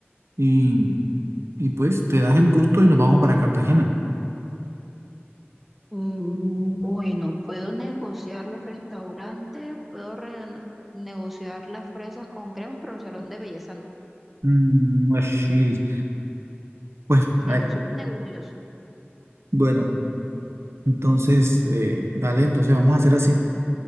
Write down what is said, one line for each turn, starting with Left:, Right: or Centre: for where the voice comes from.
Right: y, y pues te das el gusto y nos vamos para Cartagena.
Centre: Mm, Bueno, puedo negociar los restaurantes, puedo re- negociar las fresas con cremas, pero el salón de belleza no.
Right: Mm, así. Bueno,
Centre: Negocios
Right: ay,
Centre: son negocios.
Right: bueno, entonces, eh, dale, entonces vamos a hacer así.